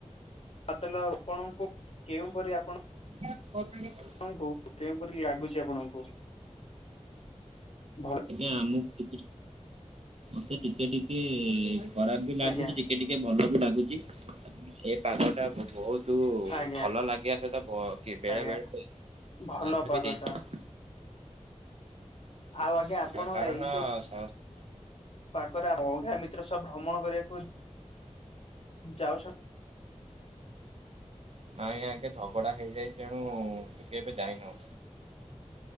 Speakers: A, on the left; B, on the right.
A: ତେଲ ରୋପଣଙ୍କୁ କେଉଁପରି ଆପଣ
B: ଆା କ <unintelligible>
A: ଆପଣଙ୍କୁ କେଉଁପରି ଲାଗୁଛି ଆପଣଙ୍କୁ ଭଲ?
B: ଆମକୁ ଟିକେ ମତେ ଟିକେ ଟିକେ ଖରାପ ବି ଲାଗୁଛି
A: ଆଜ୍ଞା
B: ଟିକେ ଟିକେ ଟିକେ ଭଲ ବି ଲାଗୁଛି ଏ ପାଗ ଟା ବହୁତ
A: ଆଜ୍ଞା
B: ଭଲ ଲାଗିବା ସହିତ କି ବେଳେ
A: ଆଜ୍ଞା
B: ବେଳେ
A: ଭଲ
B: ବାଧା
A: ପାଗଟା
B: ବି ଦେଇଥାଏ। <unintelligible>
A: ଆଉ ଆଜ୍ଞା ଆପଣ
B: କାରଣସ
A: ଏଇ ଯୋଉ ପାଗରେ ଆପଣଙ୍କ ମିତ୍ର ସବ ଭ୍ରମଣ କରିବାକୁ ଯାଉଛନ୍ତି?
B: ନାଇଁ ଆଜ୍ଞା ଝଗଡ଼ା ହେଇଯାଏ ତେଣୁ ଟିକେ ଏବେ ଯାଇନାହୁଁ।